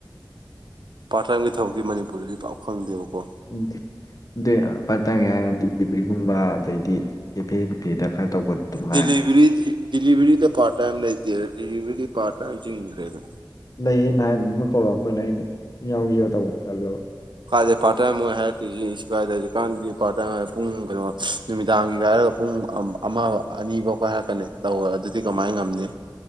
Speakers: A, on the right; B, on the left.
A: ꯄꯥꯔꯠ ꯇꯥꯏꯝꯒꯤ ꯊꯕꯛꯁꯤ ꯃꯅꯤꯄꯨꯔꯗꯗꯤ ꯄꯥꯛ ꯐꯪꯗꯦꯕꯀꯣ
B: ꯎꯝ ꯗ‌ꯦ ꯄꯥꯔꯠ ꯇꯥꯏꯝ ꯍꯥꯏꯔꯗꯤ ꯗꯤꯂꯤꯚꯔꯤꯒꯨꯝꯕ ꯑꯗꯩꯗꯤ ꯀꯦꯐꯦ ꯕꯨꯒ‌ꯦꯗ ꯈꯔ ꯇꯧꯕꯗ ꯑꯗꯨꯝ ꯃꯉꯥꯏꯔꯦ
A: ꯗꯤꯂꯤꯚꯔꯤꯗꯤ ꯗꯤꯂꯤꯚꯔꯤꯗ ꯄꯥꯔꯠ ꯇꯥꯏꯝ ꯂꯩꯇ‌ꯦ ꯗꯤꯂꯤꯚꯔꯤ ꯗꯤ ꯄꯥꯔꯠ ꯇꯥꯏꯝ ꯆꯤꯡꯗꯔ‌ꯦꯗ
B: ꯂꯩꯌꯦ ꯅꯍꯥꯟ ꯑꯃ ꯀꯧꯔꯛꯑꯝꯕꯅ ꯑꯩꯅ ꯌꯥꯎꯖꯤꯔ ꯇꯧꯕꯅ‌ꯦ ꯇꯜꯂꯕ
A: ꯀꯥꯏꯗꯩ ꯄꯥꯔꯠ ꯇꯥꯏꯝ ꯃ‌ꯣꯏ ꯍꯥꯏꯔꯛꯇꯣꯏ ꯁ‌ꯦ ꯁꯋꯥꯏꯗ ꯍꯧꯖꯤꯛꯀꯥꯟꯗꯤ ꯄꯥꯔꯠ ꯇꯥꯏꯝ ꯄꯨꯡ ꯀꯩꯅꯣ ꯅꯨꯃꯤꯗꯥꯡꯒꯤꯒ ꯍꯥꯏꯔꯒ ꯄꯨꯡ ꯄꯨꯨꯡ ꯑꯃ ꯑꯅꯤꯐꯧ ꯀ ꯍꯥꯏꯔꯛꯀꯅꯤ ꯇꯧꯋ‌ꯣ ꯑꯗꯨꯗꯤ ꯀꯃꯥꯏꯅ ꯉꯝꯅꯤ